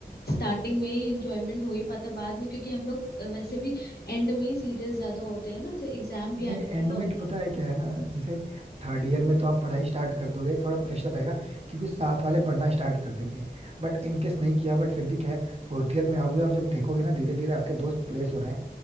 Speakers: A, on the left; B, on the right.
A: स्टार्टिंग में ही इंजॉयमेंट हो ही पाता बाद में क्योंकि हम लोग अ, वैसे भी एंड में ही सीरियस ज्यादा होते हैं ना जब एग्जाम भी
B: नहीं
A: आने
B: एंड
A: वाला
B: में
A: होता
B: क्या-
A: है
B: पता है क्या है ना जैसे थर्ड ईयर में तो आप पढ़ाई स्टार्ट कर दोगे थोड़ा प्रेशर रहेगा क्योंकि साथ वाले पढ़ना स्टार्ट कर देंगे बट इनकेस नहीं किया बट फिर भी क्या है फोर्थ ईयर में आओगे आप जब देखोगे ना धीरे धीरे आपके दोस्त प्लेस हो रहे हैं